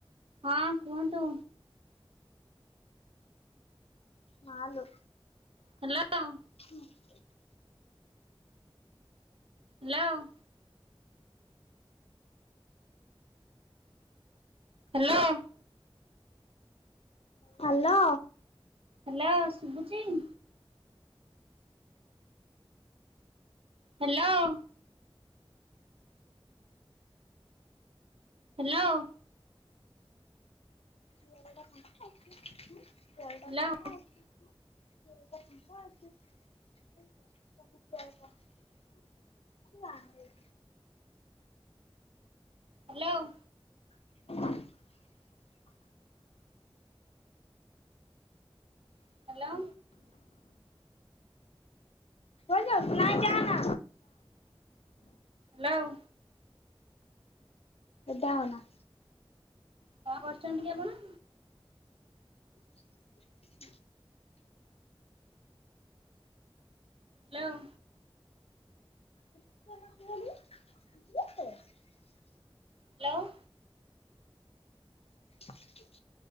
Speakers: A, on the right (about 70°); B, on the left (about 85°).
A: ହଁ କୁହନ୍ତୁ।
B: ମାଲୋ।
A: ହ୍ୟାଲୋ।
B: ହୁ <inaudible>
A: ହ୍ୟାଲୋ। ହ୍ୟାଲୋ।
B: ହ୍ୟାଲୋ।
A: ହ୍ୟାଲୋ ଶୁଭୁଚି? ହ୍ୟାଲୋ। ହ୍ୟାଲୋ।
B: ଗରାଟା ଫଙ୍କା ଅଛି। ବଲଟା
A: ହ୍ୟାଲୋ
B: ଫଙ୍କା ଅଛି। <unintelligible> ଫାଙ୍କା ଅଛି। <unintelligible> ନାହିଁ।
A: ହ୍ୟାଲୋ।
B: <inaudible> <unintelligible> <inaudible>
A: ହ୍ୟାଲୋ
B: କୁଆଡେ ଯାଉଛୁ? ନାଇ ଯାନା।
A: ହ୍ୟାଲୋ।
B: ଓଦା ହୋନା।
A: କଣ କରୁଛନ୍ତି କି ଆପଣ?
B: <inaudible>
A: ହ୍ୟାଲୋ।
B: <unintelligible>
A: ହ୍ୟାଲୋ।
B: <inaudible>